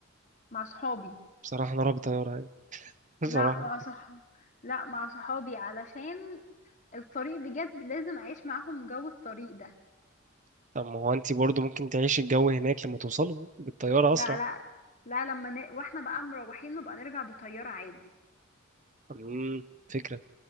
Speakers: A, on the left; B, on the right.
A: مع صحابي
B: بصراحة أنا رعب طيارة يعني <laughs> بصراحة
A: لا مع صح لا مع صحابي علشان الطريق بجد لازم اعيش معاهم جو الطريق ده
B: طب ما هو أنت برضه ممكن تعيشي الجو هناك لما توصلوا بالطيارة
A: لا
B: أسرع
A: لا لا لما ن... واحنا بقى مروحين نبقى نرجع بطيارة عادي
B: امم فكرة